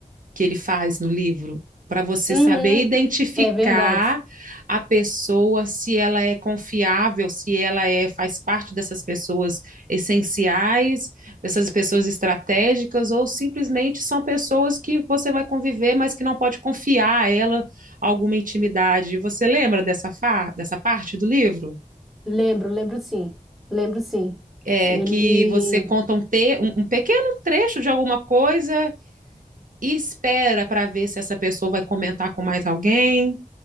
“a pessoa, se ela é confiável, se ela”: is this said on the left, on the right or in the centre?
Right